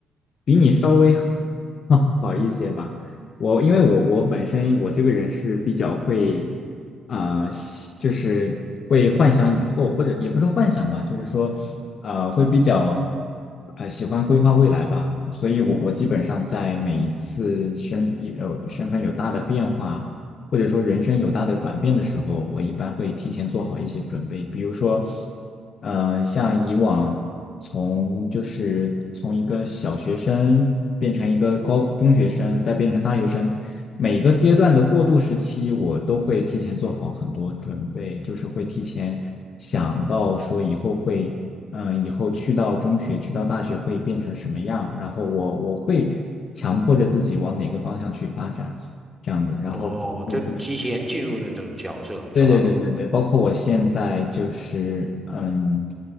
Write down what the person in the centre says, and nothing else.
啊。
哦，就提前进入那种角色是吧？